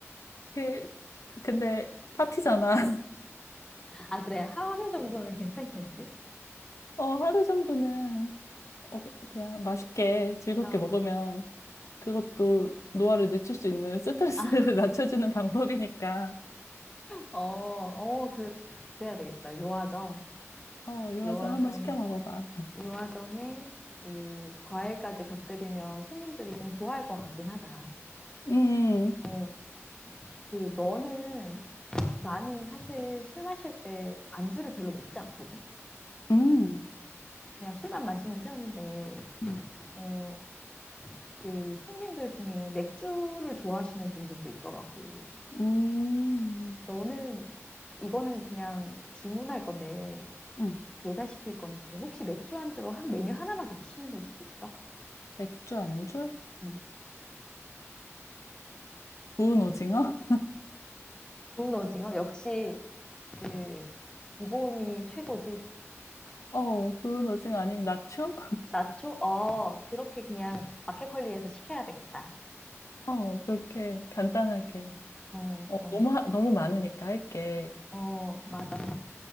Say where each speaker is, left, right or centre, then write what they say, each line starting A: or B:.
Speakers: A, on the left; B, on the left.
A: 그 근데 파티잖아.
B: 아, 그래. 하루 정도면 괜찮겠지?
A: 어, 하루 정도는 어, 그, 그냥 맛있게 즐겁게
B: 어,
A: 먹으면 그것도 노화를 늦출 수 있는 스트레스를
B: 아,
A: <laughs> 낮춰주는 방법이니까.
B: 어, 어, 그, 그래야 되겠다. 요아정.
A: 어, 유화정
B: 요아정,
A: 한번 시켜 먹어봐.
B: 요아정에 그 과일까지 곁들이면 손님들이 좀 좋아할 것 같긴 하다.
A: 음,
B: 어, 그 너는 나는 사실 술 마실 때 안주를 별로 먹지 않거든.
A: 음,
B: 그냥 술만 마시는 편인데
A: 음,
B: 어, 그 손님들 중에 맥주를 좋아하시는 분들도 있더라고.
A: 음,
B: 너는 이거는 그냥 주문할 건데
A: 음.
B: 배달시킬 건데 혹시 맥주 안주로 한 메뉴 하나만 더 추천해 줄 수 있어?
A: 맥주 안주?
B: 음.
A: 구운 오징어?
B: 구운 오징어 역시 그 기본이 최고지.
A: <laughs> 어, 구운 오징어 아니면 나초?
B: 나초? 어, 그렇게 그냥 마켓컬리에서 시켜야 되겠다.
A: 어, 그렇게 간단하게.
B: 어,
A: 어,
B: 어,
A: 너무, 하- 너무 많으니까 할게.
B: 어, 맞아.